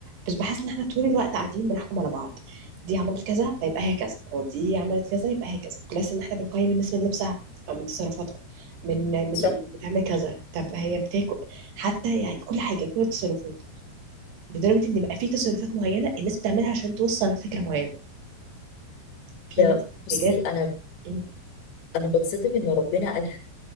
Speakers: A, on the right; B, on the left.
A: بس بحس ان احنا طول الوقت قاعدين بنحكم على بعض دي عملت كذا فيبقى هي كذا ودي عملت كذا يبقى هي كذا بلس ان احنا بنقيم الناس من لبسها او من تصرفاتها من من
B: صح
A: من بتعمل كذا طب هي بتاكل حتى يعني كل حاجه كل التصرفات لدرجه ان بقى في تصرفات معينه الناس بتعملها عشان توصل لفكره معينه في
B: ده
A: ناس
B: بصي
A: بجد
B: انا
A: م-
B: انا بتصدم ان ربنا قالها